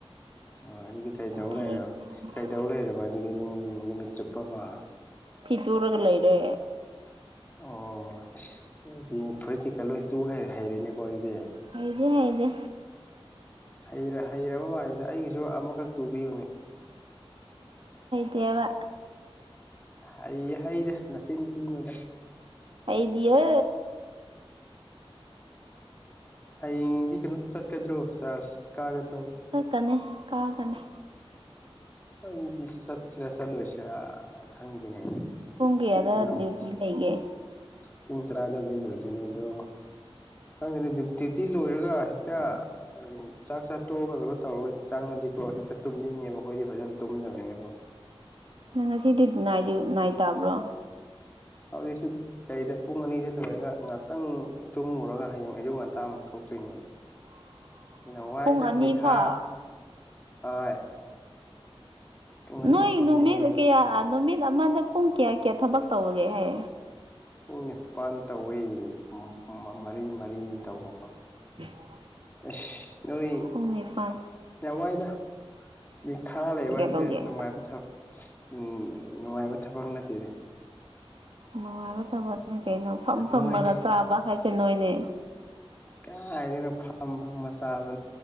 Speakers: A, on the left; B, on the right.
A: ꯑ ꯑꯗꯨꯗꯤ ꯀꯩꯗꯧ
B: ꯊꯦꯡꯉꯦ
A: ꯂꯩꯔꯕ ꯀꯩꯗꯧ ꯂꯩꯔꯕ ꯑꯗꯨꯗꯤ ꯅꯨꯡ ꯅꯨꯃꯤꯠ ꯆꯨꯞꯄ ꯑꯃ
B: ꯐꯤ ꯇꯨꯔꯒ ꯂꯩꯔꯦ
A: ꯑꯣ ꯏꯁ ꯑꯗꯨꯗꯤ ꯐꯨꯔꯤꯀꯩꯀꯥ ꯂꯣꯢ ꯇꯨ ꯍꯩꯔꯦ ꯍꯩꯔꯦꯅꯦꯀꯣ ꯑꯗꯨꯗꯤ
B: ꯍꯩꯗꯤ ꯍꯩꯗꯦ
A: ꯍꯩ ꯍꯩꯔꯕ ꯃꯥꯜꯂꯦꯗ ꯑꯩꯒꯤꯁꯨ ꯑꯃꯈꯛ ꯇꯨꯕꯤꯌꯨꯅꯦ
B: ꯀꯦꯑꯕ
A: ꯍꯩꯑꯦ ꯍꯩꯗ ꯅꯆꯤꯟ ꯊꯤꯅꯨꯗ
B: ꯍꯩꯗꯤꯌꯦ
A: ꯍꯌꯦꯡꯗꯤ ꯀꯩꯅꯣ ꯆꯠꯀꯗ꯭ꯔꯣ ꯆꯥꯔꯖ ꯀꯥꯒꯗ
B: ꯍ ꯀꯅꯦ ꯀꯥꯒꯅꯤ
A: ꯈꯪꯗꯦ ꯆꯠꯁꯤꯔ ꯆꯠꯂꯣꯢꯁꯤꯔ ꯈꯪꯗꯦꯅꯦ
B: ꯄꯨꯡ ꯀꯌꯥꯗ
A: ꯏꯅꯥꯎꯁ
B: ꯗ꯭ꯌꯨꯇꯤ ꯂꯩꯒꯦ
A: ꯄꯨꯡ ꯇꯔꯥꯗꯕꯨꯗꯤ ꯉꯥꯢꯗꯣꯏꯅꯦ ꯑꯗꯣ ꯈꯪꯗꯦꯅꯦ ꯗꯌꯨꯇꯤ ꯁꯤ ꯂꯣꯏꯔꯒ ꯍꯦꯛꯇ ꯆꯥꯛ ꯆꯥ ꯇꯣꯛꯑꯒ ꯀꯩꯅꯣ ꯇꯧꯔꯒ ꯆꯪꯉꯗꯤꯀꯣ ꯍꯦꯛꯇ ꯇꯨꯝꯅꯤꯡꯉꯦꯕꯀꯣ ꯑꯩꯈꯣꯏꯗꯤ ꯐꯖꯅ ꯇꯨꯝꯗꯕꯅꯤꯅꯀꯣ
B: ꯅꯪ ꯉꯁꯤꯗꯤ ꯅꯥꯏ ꯅꯥꯢꯠ ꯇꯥꯕ꯭ꯔꯣ
A: ꯍꯧꯖꯤꯛꯁꯨ ꯂꯩꯗ ꯄꯨꯡ ꯑꯅꯤꯗ ꯂꯣꯏꯔꯒ ꯉꯍꯥꯛꯇꯪ ꯇꯨꯝꯃꯨꯔꯒ ꯍꯌꯦꯡ ꯑꯌꯨꯛ ꯉꯟꯇꯥꯃꯨꯛ ꯊꯣꯛ ꯇꯨꯢꯅꯦ
B: <inaudible>
A: ꯑꯗꯨꯅ ꯋꯥꯏꯗ
B: ꯄꯨꯡ ꯑꯅꯤ
A: ꯃꯤꯈꯥ
B: ꯐꯥꯎ
A: ꯍꯣꯏ ꯄꯨꯡ ꯑꯅꯤ
B: ꯅꯣꯏ
A: ꯐꯥꯎꯅꯦ
B: ꯅꯨꯃꯤꯠ ꯀꯌꯥ ꯅꯨꯃꯤꯠ ꯑꯃꯗ ꯄꯨꯡ ꯀꯌꯥ ꯀꯌꯥ ꯊꯕꯛ ꯇꯧꯕꯒꯦ ꯍꯦ
A: ꯄꯨꯡ ꯅꯤꯄꯥꯜ ꯇꯧꯋꯦ ꯑꯝ ꯑꯝ ꯃꯔꯤ ꯃꯔꯤ ꯇꯧꯕꯀꯣ
B: <inaudible>
A: ꯑꯁ ꯅꯣꯏ
B: ꯄꯨꯡ ꯅꯤꯄꯥꯟ
A: ꯌꯥꯝ ꯋꯥꯏꯗ ꯃꯤꯈꯥ ꯂꯩꯕ
B: ꯀꯌꯥ
A: ꯍꯥꯏꯁꯦ
B: ꯇꯧꯒꯦ
A: ꯅꯨꯡꯉꯥꯏꯕ ꯊꯕ ꯎꯝ ꯅꯨꯡꯉꯥꯏꯕ ꯊꯕꯛ ꯅꯠꯇꯦꯅꯦ
B: ꯅꯨꯡꯉꯥꯏꯕ ꯊꯕꯛꯅꯦ ꯀꯩꯅꯣ ꯐꯝ ꯐꯝꯃꯒ
A: ꯅꯣꯏ
B: ꯆꯥꯕ ꯍꯥꯏꯁꯦ ꯅꯣꯏꯅꯦ
A: ꯀꯥꯏꯗꯩꯅꯣ ꯐꯝ ꯐꯝ ꯆꯥꯕ